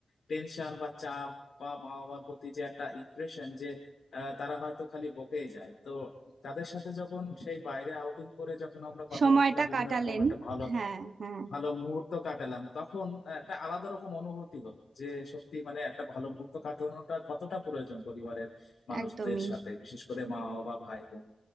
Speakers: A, on the left; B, on the right.
A: টেনশন বা চাপ বা মা বাবার প্রতি যে একটা ইমপ্রেশন যে আহ, তারা হয়তো খালি বকেই যায় তো তাদের সাথে যখন সেই বাইরে আউটিং করে যখন আমরা কথাবার্তা
B: সময়টা
A: বিভিন্ন
B: কাটালেন
A: রকম একটা ভালো
B: হ্যাঁ হ্যাঁ
A: ভালো মুহূর্ত কাটালাম তখন একটা আলাদা রকম অনুভূতি হলো যে সত্যি মানে একটা ভালো মুহূর্ত কাটানোটা কতটা প্রয়োজন পরিবারের মানুষদের
B: একদমই
A: সাথে বিশেষ করে মা বাবা ভাই বোন